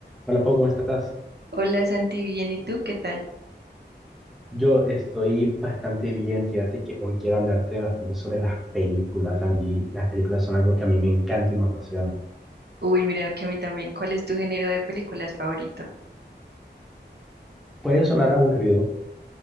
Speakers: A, in the centre; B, on the right.
A: Hola Pau, ¿cómo estás?
B: Hola Santi, bien, ¿y tú qué tal?
A: Yo estoy bastante bien, fíjate que hoy quiero hablarte bastante sobre las películas. A mí las películas son algo que a mí me encanta y me apasiona.
B: Uy, mira que a mí también. ¿Cuál es tu género de películas favorito?
A: Puede sonar aburrido,